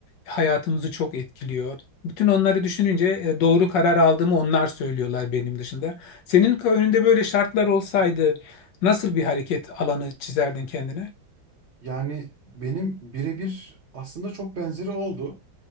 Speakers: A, on the left (about 75°); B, on the right (about 55°).
A: hayatımızı çok etkiliyor. Bütün onları düşününce e, doğru karar aldığımı onlar söylüyorlar benim dışında. Senin önünde böyle şartlar olsaydı nasıl bir hareket alanı çizerdin kendine?
B: Yani benim birebir aslında çok benzeri oldu.